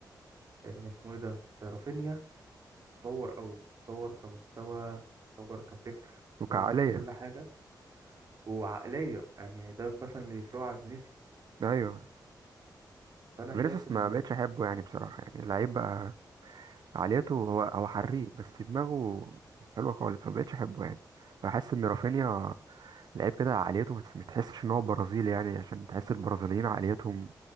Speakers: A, on the right; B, on the right.
A: ان اسمه ايه ده رافينيا تطور قوي تطور كمستوى تطور كفكر
B: وكعقلية
A: تطور ككل حاجه وعقليه يعني ده مثلا اللي يفرقه عن فينيسيوس
B: ايوه
A: فانا
B: فينيسيوس
A: شايف ان
B: ما بقتش احبه يعني بصراحه يعني لعيب بقى عاليته هو هو حريف بس دماغه مش حلوه خالص ما بقتش احبه يعني بحس ان رافينيا لعيب كده عاليته ما تس- ما تحسش ان هو برازيلي يعني عشان تحس البرازيليين عاليتهم